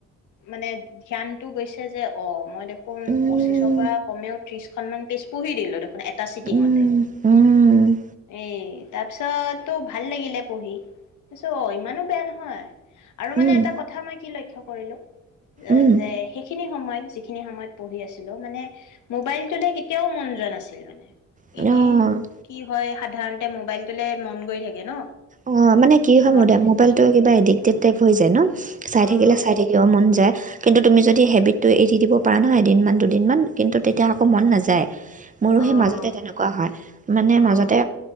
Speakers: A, on the left; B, on the right.
A: মানে ধ্যানটো গৈছে যে, অ'! মই দেখোন
B: উম।
A: পঁচিছৰ পৰা কমেও ত্ৰিশ এখনমান পেজ পঢ়ি দিলোঁ মানে এটা চিটিঙতে।
B: উম, উম,
A: এ এই তাৰপিছত তো ভাল লাগিলে পঢ়ি। ভাবিছোঁ অ', ইমানো বেয়া নহয় আৰু মানে
B: উম,
A: এটা কথা মই কি লক্ষ্য কৰিলোঁ অ',
B: উম,
A: যে সেইখিনি সময়ত যিখিনি সময়ত পঢ়ি আছিলোঁ, মানে মোবাইলটো লৈ কেতিয়াও মন যোৱা নাছিল মানে।
B: অ'।
A: এনেই হয়, সাধাৰণতে মোবাইলটোলে মন গৈ থাকে ন'।
B: অ', মানে কি হয়
A: নটিফিকেশ্যন
B: মোবাইলটো কিবা এডিক্টেড টাইপ হৈ যায়, ন', চাই
A: অ',
B: থাকিলে চাই থাকিব মন যায়, কিন্তু। তুমি যদি
A: অ',
B: হেবিটটো এৰি দিব। পাৰা নহয় এদিনমান, দুদিনমান কিন্তু তেতিয়া আকৌ মন নাযায়। মোৰো
A: অ',
B: সেই মাজতে তেনেকুৱা হয়, মানে মাজতে
A: অ',